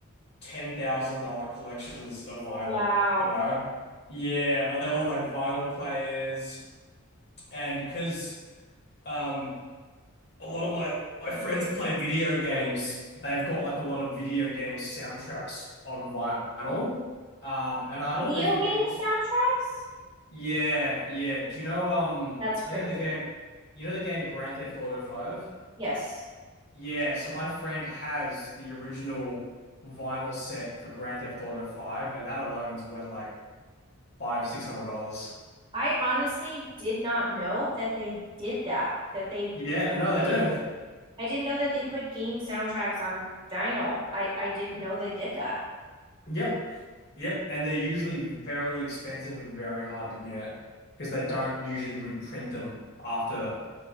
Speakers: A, on the left; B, on the right.
A: ten thousand dollar collections of vinyl,
B: Wow.
A: you know? Yeah, and they'll have like vinyl players and because um a lot of my my friends play video games, they've got like a lot of video game soundtracks on vinyl. Um and I don't
B: Video
A: know if you
B: game
A: have you d-
B: soundtracks?
A: yeah, yeah. Do you know um
B: That's crazy.
A: you know the game you know the game Grand Theft Auto 5?
B: Yes.
A: Yeah, so my friend has the original vinyl set for Grand Theft Auto 5, and that alone's worth like five, six hundred dollars.
B: I honestly did not know that they did that, that they
A: Yeah, no, they do.
B: put, I didn't know that they put game soundtracks on vinyl. I I didn't know they did that.
A: Yep, yep. And they're usually very expensive and very hard to get because they don't usually reprint them after